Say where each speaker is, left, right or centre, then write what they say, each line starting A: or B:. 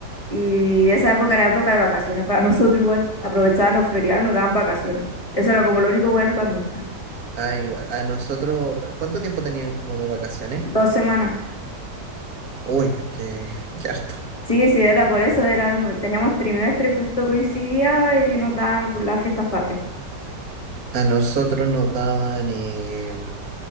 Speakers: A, on the left; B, on the right.
A: Y esa época era época de vacaciones para <laughs> nosotros igual. Aprovechaban los feriados y nos daban vacaciones. Eso era como lo único bueno también. <laughs>
B: Ah, igual, a nosotros, ¿cuánto tiempo tenían como de vacaciones?
A: Dos semanas.
B: Uy, qué, <laughs> qué harto.
A: Sí, sí, era por eso, era, teníamos trimestre, justo coincidía y nos daban las fiestas patrias.
B: A nosotros nos daban eh,